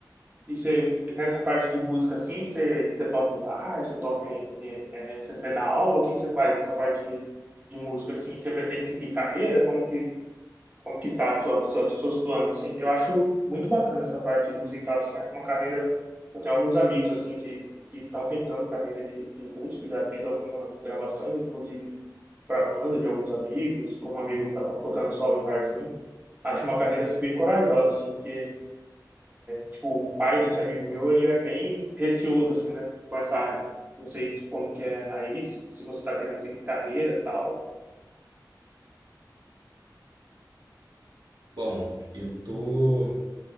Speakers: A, on the right; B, on the right.
A: E você, nessa parte de música assim, você, você toca em bar, você toca em, em- é, você você dá aula, o que que você faz nessa parte de, de música assim? Você pretende seguir carreira? Como que, como que tá a sua, sua- seus planos assim? Eu acho muito bacana essa parte musical assim, acho uma carreira, eu tenho alguns amigos assim que que estão tentando carreira de, de músico, já fiz algumas gravações, inclusive para banda de alguns amigos, para um amigo que tá tocando solo em barzinho. Acho uma carreira assim bem corajosa assim, porque Tipo, o pai desse amigo meu, ele é bem receoso, assim, né? Com essa área. Não sei se- como que é aí, se, se você tá querendo seguir carreira e tal.
B: Bom, eu tô